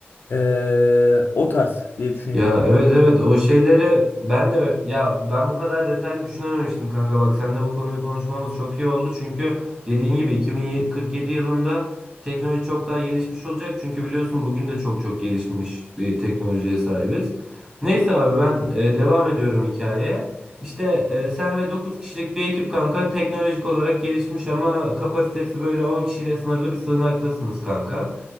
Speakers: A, on the left (about 55°); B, on the right (about 20°).
A: Eee, o tarz diye düşünüyorum.
B: Ya evet evet o şeyleri ben de ya ben bu kadar detaylı düşünememiştim kanka bak seninle bu konuyu konuşmamız çok iyi oldu çünkü dediğin gibi 2047 yılında teknoloji çok daha gelişmiş olacak çünkü biliyorsun bugün de çok çok gelişmiş bir teknolojiye sahibiz. Neyse abi ben e, devam ediyorum hikayeye. İşte e, sen ve 9 kişilik bir ekip kanka teknolojik olarak gelişmiş ama kapasitesi böyle 10 kişiyle sınırlı bir sığınaktasınız kanka.